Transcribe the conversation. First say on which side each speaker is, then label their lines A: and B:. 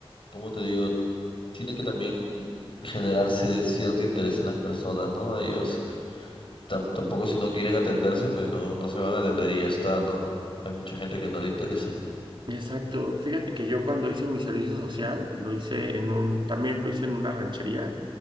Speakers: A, on the left (about 60°); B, on the right (about 55°).
A: como te digo, tiene que también generarse cierto interés en las personas, ¿no? Ellos tam- tampoco si no quieren atenderse, pues no, no se van a atender y ya está, ¿no? Hay mucha gente que no le interesa.
B: Exacto. Fíjate que yo cuando hice mi servicio social, lo hice en un, también lo hice en una ranchería,